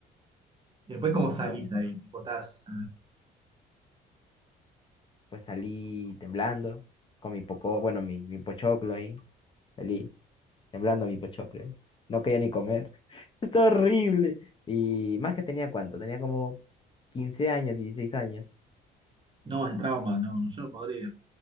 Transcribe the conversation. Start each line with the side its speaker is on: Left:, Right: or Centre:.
Right: y Después cómo salís
Left: Bueno,
Right: de ahí, tipo, estás
Left: Pues salí temblando. Con mi poco, bueno, mi, mi pochoclo ahí. Salí. temblando mi pochoclo. ¿eh? No quería ni comer. <laughs> Está horrible. Y más que tenía cuánto, tenía como 15 años, 16 años.
Right: No, el trauma, no, no, yo no podría.